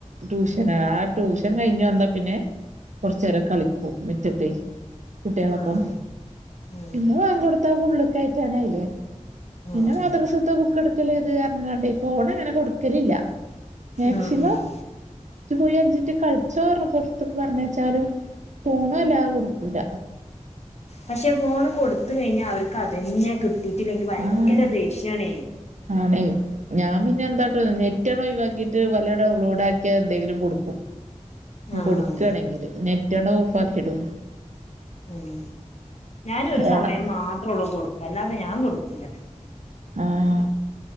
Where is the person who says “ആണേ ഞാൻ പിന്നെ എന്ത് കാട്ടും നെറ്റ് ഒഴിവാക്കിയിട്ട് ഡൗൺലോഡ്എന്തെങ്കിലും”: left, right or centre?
Right